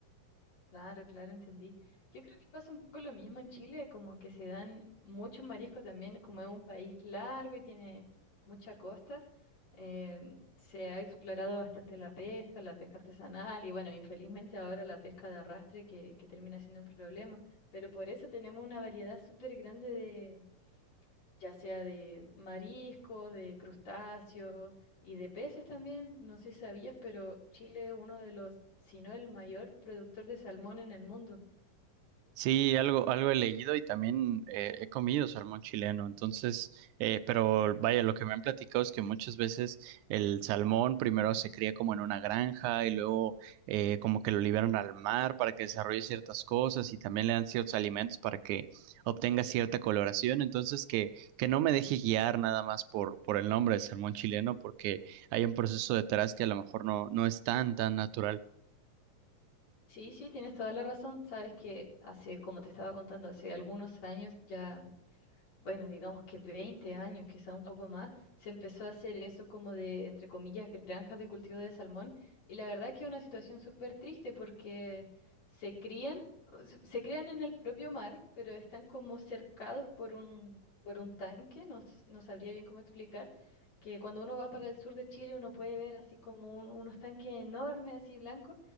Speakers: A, on the left; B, on the right.
A: Claro, claro, entendí. Yo creo que pasa un poco lo mismo en Chile, como que se dan muchos mariscos también, como es un país largo y tiene mucha costa, em, se ha explorado bastante la pesca, la pesca artesanal y bueno, infelizmente ahora la pesca de arrastre que, que termina siendo un problema, pero por eso tenemos una variedad súper grande ya sea de marisco, de crustáceos y de peces también. No sé si sabías, pero Chile es uno de los, si no el mayor productor de salmón en el mundo.
B: Sí, algo, algo he leído y también eh, he comido salmón chileno, entonces, eh, pero vaya, lo que me han platicado es que muchas veces el salmón primero se cría como en una granja y luego eh, como que lo liberan al mar para que desarrolle ciertas cosas y también le dan ciertos alimentos para que obtenga cierta coloración, entonces que, que no me deje guiar nada más por, por el nombre del salmón chileno porque hay un proceso detrás que a lo mejor no, no es tan, tan natural.
A: Sí, sí, tienes toda la razón. Sabes que hace, como te estaba contando, hace algunos años ya bueno, digamos que 20 años, quizá un poco más, se empezó a hacer eso como de, entre comillas, granjas de cultivo de salmón. Y la verdad que es una situación súper triste porque se crían, o se se crían en el propio mar, pero están como cercados por un, por un tanque, no, s- no sabría bien cómo explicar, que cuando uno va para el sur de Chile uno puede ver así como un- unos tanques enormes, así blancos,